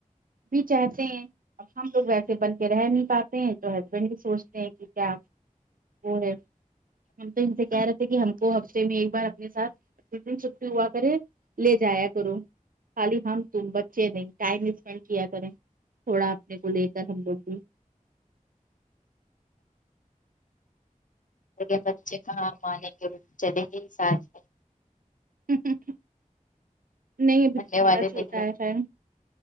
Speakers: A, on the right (about 80°); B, on the left (about 65°).
A: بھی چاہتے ہیں اب ہم لوگ ویسے بن کے رہ نہیں پاتے ہیں تو ہسبینڈ بھی سوچتے ہیں کی کیا وہ ہے ہم تو ان سے کہہ رہے تھے کہ ہم کو ہفتے میں ایک بار اپنے ساتھ جس دن چھٹی ہوا کرے لے جایا کرو خالی ہم تم بچے نہیں ٹائم اسپینڈ کیا کریں تھوڑا اپنے کو لے کر ہم لوگ بھی
B: نے بچے کہاں مانیں گے چلیں گے ہی ساتھ میں
A: ہوں ہوں ہوں نہیں ابھی
B: ماننے
A: تمہارا
B: والے
A: چھوٹا
B: نہیں ہیں
A: ہے خیر